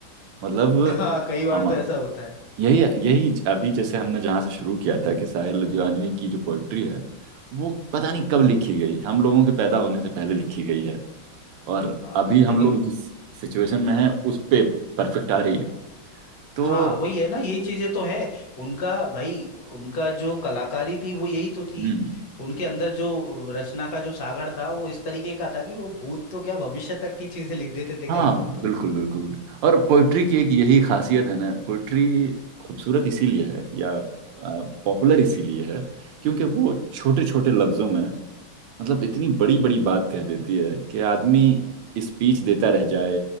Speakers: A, on the right (about 75°); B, on the left (about 55°).
A: मतलब
B: हाँ कई बार
A: हम
B: तो ऐसा होता है
A: यही यही अभी जैसे हमने जहाँ से शुरू किया था कि साहिर लुधियानवी की जो पोइट्री है वो पता नहीं कब लिखी गई हम लोगों के पैदा होने से पहले लिखी गई है और
B: हाँ
A: अभी हम
B: लेकिन
A: लोग जिस सिचुएशन में हैं उस पे परफेक्ट आ रही है तो
B: हाँ वही है ना यही चीजें तो है उनका भाई उनका जो कलाकारी थी वो यही तो थी
A: हम्म
B: उनके हम्म अंदर जो रचना का जो सागर था वो इस तरीके का था कि वो भूत तो क्या भविष्य तक की चीजें लिख देते थे कई
A: हाँ
B: लोग तो
A: बिल्कुल बिल्कुल और पोइट्री की एक यही खासियत है ना पोइट्री खूबसूरत इसीलिए है या पॉपुलर इसीलिए है क्योंकि वो छोटे छोटे लफ्जों में मतलब इतनी बड़ी बड़ी बात कह देती है कि आदमी स्पीच देता रह जाए